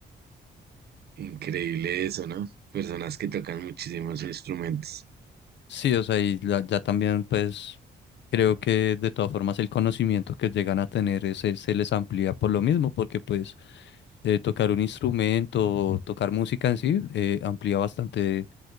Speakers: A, on the right; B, on the left.
A: Increíble eso, ¿no? Personas que tocan muchísimos instrumentos.
B: Sí, o sea, y la- ya también pues creo que de todas formas el conocimiento que llegan a tener ese, se les amplía por lo mismo, porque pues eh, tocar un instrumento, o tocar música en sí, eh, amplía bastante